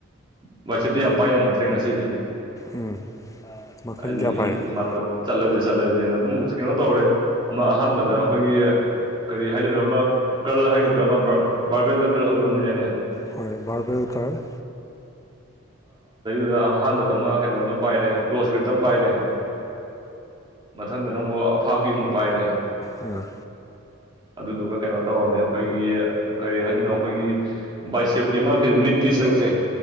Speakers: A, on the right (about 20°); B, on the left (about 15°).
A: ꯋꯥꯕꯥꯏꯆꯦꯞꯇꯤ ꯌꯥꯝ ꯄꯥꯏ ꯍꯪꯉꯛꯇ꯭ꯔꯦ ꯉꯁꯤꯗꯤ
B: ꯎꯝ ꯃꯈꯜ
A: ꯑ
B: ꯀꯌꯥ
A: ꯃꯤ
B: ꯄꯥꯏꯔꯛꯑꯦ
A: ꯃ ꯆꯂꯗ ꯆꯂꯗꯅ ꯑꯗꯨꯝ ꯁ꯭ꯀꯦꯅꯣ ꯇꯧꯔꯦ ꯑꯃ ꯑꯍꯥꯟꯕꯗ ꯑꯩꯈꯣꯏꯒꯤ ꯀꯔꯤ ꯍꯥꯏꯗꯣꯏꯅꯣ ꯑꯃ ꯀꯜ ꯍꯥꯏꯒꯗ꯭ꯔꯥ ꯑꯃ ꯕꯥꯔꯕꯦꯜꯗ ꯀꯜ ꯑꯣꯏꯗꯕꯅꯤꯗꯥꯏꯅꯦ
B: ꯍꯣꯏ ꯔꯕꯔ ꯑꯣ ꯇꯔ
A: ꯑꯗꯨꯗ ꯑꯍꯥꯟꯕꯗ ꯑꯃ ꯀꯩꯅꯣꯗ ꯑꯃ ꯄꯥꯏꯔꯦ ꯀ꯭ꯂꯣ ꯏꯁꯀ꯭ꯔꯤꯞꯇ ꯑꯃ ꯄꯥꯏꯔꯦ ꯃꯊꯪꯗ ꯅꯪꯕꯨ ꯑꯐꯥꯄꯤ ꯑꯃꯨꯛ ꯄꯥꯏꯔꯦ
B: ꯎꯝ
A: ꯑꯗꯨꯗꯨꯒ ꯀꯩꯅꯣ ꯇꯧꯔꯕꯃꯦ ꯑꯩꯈꯣꯏꯒꯤ ꯀꯔꯤ ꯍꯥꯏꯗꯅꯣ ꯑꯩꯈꯣꯏꯒꯤ ꯕꯥꯏꯁꯦꯞꯀꯤ ꯑꯃ ꯃꯤꯠꯀꯤ ꯁꯔꯨ ꯐꯪꯁꯦ